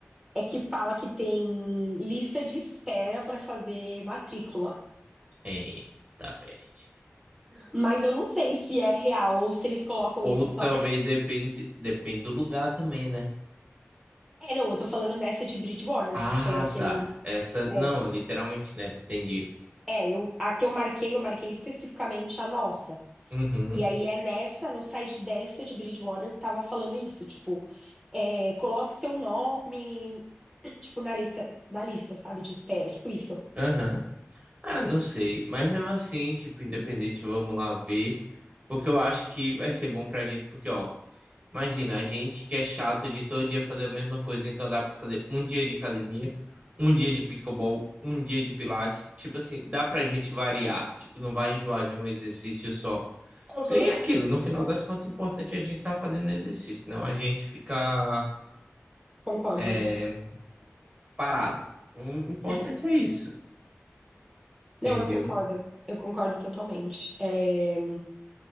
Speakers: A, in the centre; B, on the right.
A: é que fala que tem lista de espera para fazer matrícula.
B: Eita peste.
A: Mas eu não sei se é real ou se eles colocam
B: Ou
A: isso
B: talvez
A: só para.
B: depende, depende do lugar também, né?
A: É, não, eu tô falando nessa de Bridgewater,
B: Ah,
A: que foi a que
B: tá.
A: eu.
B: Essa, não,
A: É,
B: literalmente nessa, entendi.
A: é, eu, a que eu marquei, eu marquei especificamente a nossa.
B: Uhum,
A: E aí é nessa, no site dessa de Bridgewater, que tava falando isso, tipo, é, coloque seu nome, <clears throat> tipo, na lista, na lista, sabe, de espera, tipo isso.
B: aham. Ah, não sei. Mas mesmo assim, tipo, independente, vamos lá ver. Porque eu acho que vai ser bom pra gente, porque, ó. Imagina, a gente que é chato de todo dia fazer a mesma coisa, então dá pra fazer um dia de academia, um dia de pickleball, um dia de pilates. Tipo assim, dá pra gente variar. Tipo, não vai enjoar de um exercício só.
A: Aham.
B: E é aquilo, no final das contas, o importante é a gente estar tá fazendo exercício, não a gente ficar
A: Concordo.
B: é, parado. O importante
A: <clears throat>
B: é isso, entendeu?
A: Não, eu concordo. Eu concordo totalmente. É,